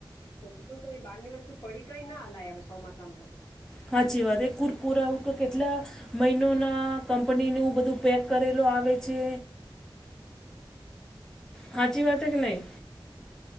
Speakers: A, on the left; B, in the centre.
A: છોક તો એ બાળ ની વસ્તુ પડીકાઈ ના અલાય અવે સોમાસામાં તો.
B: સાચી વાત એ કુરકુરા આવું કે કેટલા મહિનો ના કંપનીનું
A: ગમે તે
B: બધું પેક કરેલો આવે છે.
A: સાચચી વા છે.
B: હાચ વાત કે નહી.
A: હમ્.